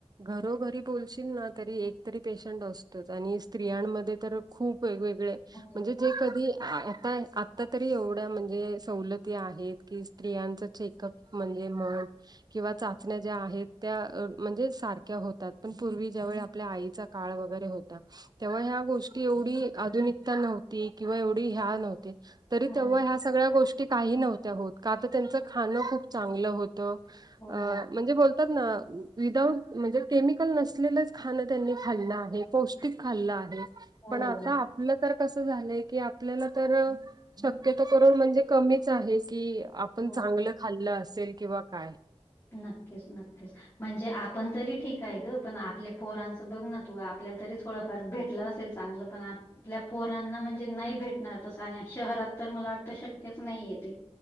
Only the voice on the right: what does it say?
घरोघरी बोलशील ना, तरी एकतरी पेशंट असतोच आणि स्त्रियांमध्ये तर खूप वेगवेगळे
मणजे जे कधी आ आता तरी एवढ्या म्हणजे सवलती आहेत कि स्त्रियांच चेकअप म्हणजे म किंवा चाचण्या ज्या आहेत, त्या मणजे सारख्या होतात, पण पूर्वी ज्या वेळी आपल्या आईचा काळ वगेरे होता. तेव्हा ह्या गोष्टी एवडी आधुनिकता नव्हती किंवा एवढी ह्या नव्हते तरी
तेव्हा ह्या सगळ्या गोष्टी काही नव्हत्या होत, का तर? त्यांच खाणं खूप चांगलं होतं.
अ म्हणजे बोल तात ना, विदाऊट म्हणजे केमिकल नसलेलंच खाणं त्यांनी खाल्लं आहे, पौष्टिक खाल्लं आहे.
पण आता आपलं तर कसं झालंय की, आपल्याला तर शक्यतो करून म्हणजे कमीच आहे. कि आपण
चांगलं खाल्लं असेल किंवा काय?